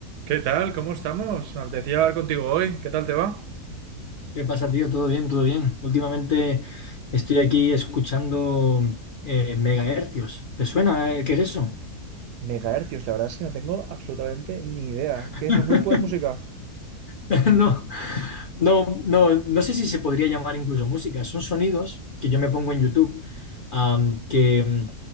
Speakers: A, on the right; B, on the left.
A: ¿Qué tal? ¿Cómo estamos? Me apetecía hablar contigo hoy. ¿Qué tal te va?
B: ¿Qué pasa, tío? ¿Todo bien? ¿Todo bien? Últimamente estoy aquí escuchando eh, megahercios. ¿Te suena? eh? ¿Qué es eso?
A: Megahercios, la verdad es que no tengo absolutamente ni idea.
B: <laughs>
A: ¿Qué es un grupo de música?
B: <laughs> No, no, no, no sé si se podría llamar incluso música. Son sonidos que yo me pongo en YouTube, am, que,